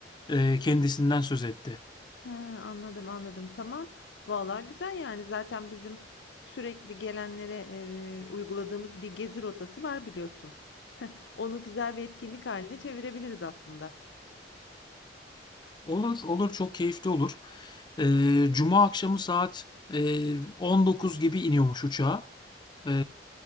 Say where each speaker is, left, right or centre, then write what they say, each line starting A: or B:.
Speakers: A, on the left; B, on the left.
A: e, kendisinden söz etti.
B: He, anladım, anladım. Tamam. Vallahi güzel yani. Zaten bizim sürekli gelenlere e, uyguladığımız bir gezi rotası var biliyorsun. Onu güzel bir etkinlik haline çevirebiliriz aslında.
A: Olur, olur çok keyifli olur. E, Cuma akşamı saat e, 19 gibi iniyormuş uçağa. E,